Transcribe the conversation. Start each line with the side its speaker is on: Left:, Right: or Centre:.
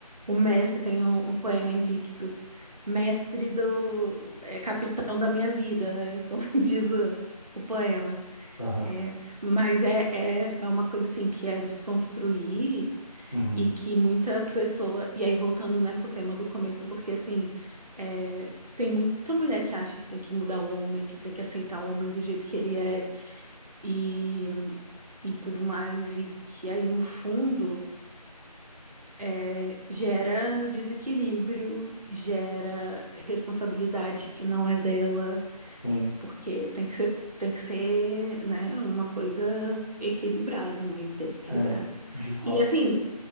Right: o mestre tem um, um poema Invictus, mestre do, é, capitão da minha vida, né? <laughs> Como diz o, o poema.
Left: Aham.
Right: É, mas é, é, é uma coisa assim que é desconstruir
Left: Uhum.
Right: e que muita pessoa. E aí, voltando, né, pro tema do começo, porque assim, é, tem muita mulher que acha que tem que mudar o homem, que tem que aceitar o homem do jeito que ele é e, e tudo mais, e que aí, no fundo é, gera desequilíbrio, gera responsabilidade que não é dela,
Left: Sim.
Right: porque tem que ser, tem que ser, né, uma coisa equilibrada, uma ideia equilibrada.
Left: É, de fato,
Right: E assim,